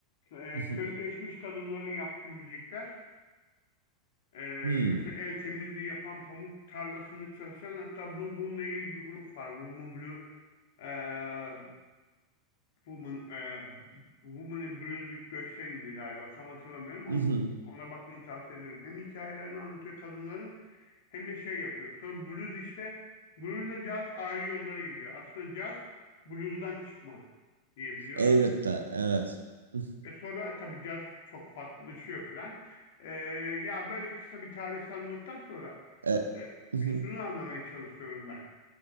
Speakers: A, on the left; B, on the right.
A: e,
B: <laughs>
A: köleleşmiş kadınların yaptığı müzikler. Ee,
B: Hmm.
A: mesela el temizliği yapan pamuk tarlasını çalışan hatta bu, bununla ilgili bir grup var. Woman Blue ee, Woman, ee, Woman in Blues with Göksel'indi galiba. Tam hatırlamıyorum. Onun,
B: <laughs>
A: ona bakmanı tavsiye ederim. Hem hikayelerini anlatıyor kadınların hem de şey yapıyor. Sonra blues işte bluesla caz ayrı yollara gidiyor. Aslında caz bluesdan çıkma diyebiliyorum.
B: Elbette, evet. <laughs>
A: E sonra tabii caz çok farklılaşıyor filan. Ee, ya böyle kısa bir tarihsel nottan sonra
B: E,
A: e,
B: <laughs>
A: Şunu anlamaya çalışıyorum ben.